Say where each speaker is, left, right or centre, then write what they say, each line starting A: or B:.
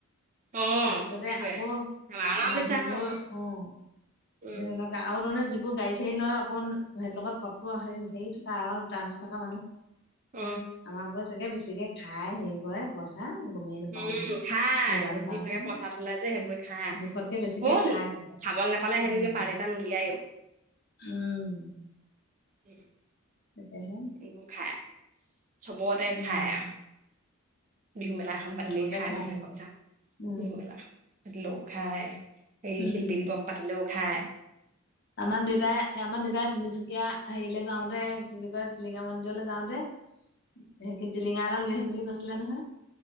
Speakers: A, on the right (about 35°); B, on the left (about 50°).
A: অ
B: তাৰপিছতে
A: সেইটোৱে
B: আকৌ
A: আৰাম
B: মানুহবোৰ
A: বেছি আকৌ আমাৰ
B: উ স
A: উম
B: তেনেকে আ ন নে য এইবোৰ গাড়ী চাড়ী লয় অকমান হে লগত পথটো হেৰি থকা আৰু াৰ্ম <unintelligible> থকা মানুহ
A: অ
B: আমাৰ ব চাগে বেছিকে খাই হেৰি কৰে পইচা গমেই নাপাওঁ
A: উম
B: আমি
A: খাই
B: নাজানো কাৰণহে।
A: যিবিলাকে পইচাটো ওলাই যে সেইবোৰ খায়
B: জোখতকে বেছিকে
A: কোন
B: খাই চাগে
A: খাবলৈ নোপালে সেৰিনো
B: উম
A: পাৰ় এটটা ন উলিয়াইো
B: উম
A: উম।
B: তাকেহে
A: এইবোৰ খায় চবৰে
B: উম।
A: খাই বিহু মেলা এখন পাতিলে
B: চবতে
A: খায়
B: খাই
A: মানুহে
B: সেইবোৰ
A: পচা
B: উম
A: বিহু মেলাখন পাতিলেও খায় এই
B: উম।
A: শিল্পী দিৱস পাতিলেও খাই।
B: আমাৰ দেতাই আমাৰ দেউতাই তিনিচুকীয়া হেৰিলে যাওঁতে কি বুলি কয় টিলিঙা মন্দিৰলৈ যাওতে টিলিঙা এটা লৈ আহিম বুলি কৈছিলে নহয়।